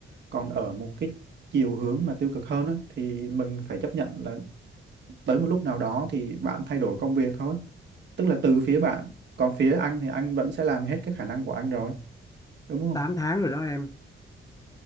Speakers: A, on the right; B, on the left.
A: Còn ở một cái chiều hướng mà tiêu cực hơn á, thì mình phải chấp nhận là tới một lúc nào đó thì bạn thay đổi công việc thôi tức là từ phía bạn còn phía anh thì anh vẫn sẽ làm hết cái khả năng của anh rồi đúng không
B: tám tháng rồi đó em